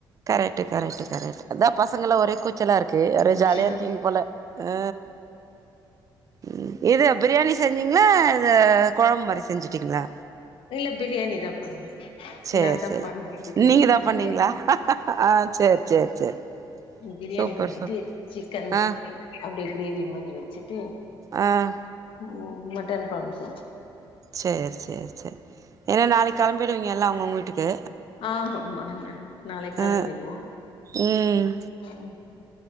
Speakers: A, on the right; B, on the left.
A: கரெக்ட் ட்டு கரக்ட்டு கரெக்ட் அதா பசங்களா ஒரே கூச்சலா இருக்கு அப்டியே ஜாலியா
B: ஆ
A: இருக்கீங்க போல ஆ ம் இது பிரியாணி செஞ்சீ ங்ளா இது கொழம்பு மாரி செஞ்சுட்டீங்களா
B: இல்ல பிரியாணிதா பண்ணே
A: சேரி
B: நான்தா
A: சேரி
B: பண்ணே பிரியாணி
A: நீங்க
B: பண்ணிட்டு
A: தா பண்ணீங்களா ஆ சேரி சேரி சேரி
B: பிரியாணி
A: சூப்பர்
B: பண்ணிட்டு
A: சூப்
B: சிக்கன்
A: ஆ
B: அப்டி கிரேவி மாரி வச்சுட்டு
A: ஆஹ்
B: உம் மட்டன் கொழம்பு செஞ்சு
A: சேரி சேரி சேரி ஏன்னா நாளைக்கி கெளம்பிடுவீங்க எல்லா அவுங்க அவுங்க வீட்டுக்கு
B: ஆ ஆமா நாளைக்கு கெளம்பிருவோ
A: ஆ உம்
B: ம்